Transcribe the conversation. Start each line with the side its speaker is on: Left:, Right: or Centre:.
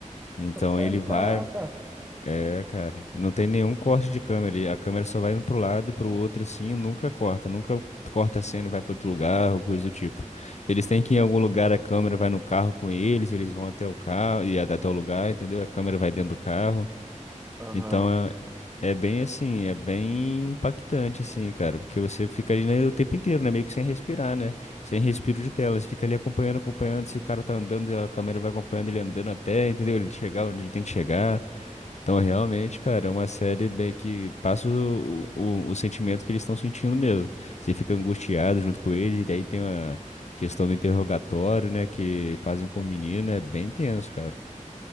Left: Então
Right: Pô, sério,
Left: ele vai...
Right: caraca,
Left: É, cara, não tem nenhum corte de câmera. e A câmera só vai indo pro lado e pro outro assim e nunca corta. Nunca corta a cena e vai pra outro lugar ou coisa do tipo. Se eles têm que ir em algum lugar, a câmera vai no carro com eles, eles vão até o carro e até o lugar, entendeu? A câmera vai dentro do carro.
Right: aham,
Left: Então é, é bem assim, é bem impactante, assim, cara, porque você fica ali, né, o tempo inteiro, né? Meio que sem respirar, né? Sem respiro de tela. Você fica ali acompanhando, acompanhando. Se o cara tá andando, a câmera vai acompanhando ele andando até, entendeu? Ele chegar onde ele tem que chegar. Então, realmente, cara, é uma série bem que passa o, o, o sentimento que eles estão sentindo mesmo. Você fica angustiado junto com eles, e daí tem uma questão do interrogatório, né? Que fazem com o menino, é bem tenso, cara.